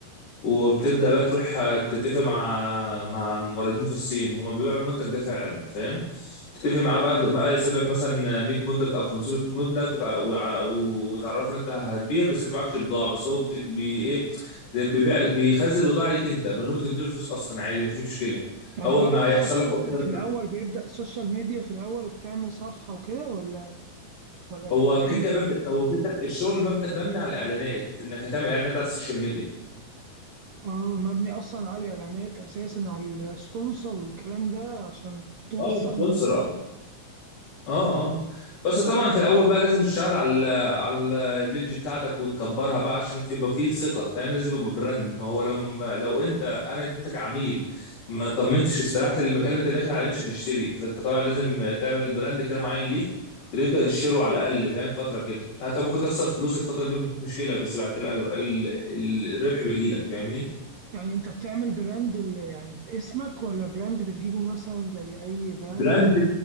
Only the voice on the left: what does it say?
وبتبدأ بقى تروح تتفق مع مع موردين في الصين هم بيبيعوا المنتج ده فعلا فاهم تتفق معاه بقى بقى يسيب لك مثلا 100 منتج او 500 منتج وتع... وع- وتعرفك إن انت هتبيع بس انت معكش البضاعه بس هو بت... بي... ايه زي بيبيع بيخزن البضاعه ليك انت من غير ما تديله فلوس اصلا عادي مفيش مشكله
اول
ما
هيحصل
لك اوردر
هو
كيكه مبدا هو كيكه الشغل مبدا مبني على الاعلانات انك هتعمل اعلانات على السوشيال ميديا
اه سبونسر
اه اه بس طبعا في الاول بقى لازم تشتغل على ال على ال البيج بتاعتك وتكبرها بقى عشان تبقى فيه ثقه فاهم لازم يبقى براند ما هو لما لو انت انا انت كعميل ما طمنتش واستريحت المكان اللي انت داخل عليه مش هتشتري فانت طبعا لازم تعمل براند كده معين ليك وتبدا تشتره على الاقل فاهم فتره كده حتى ممكن تخسر فلوس الفتره دي مفيش مشكله بس بعد كده الأجر- ال- ال- الربح بيجي لك فاهمني
براند